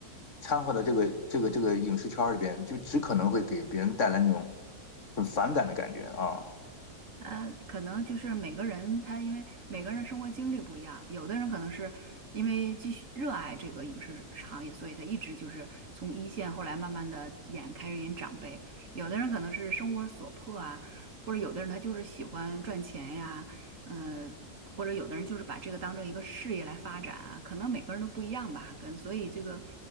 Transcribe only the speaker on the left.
掺和到这个这个这个影视圈里边，就只可能会给别人带来那种很反感的感觉啊。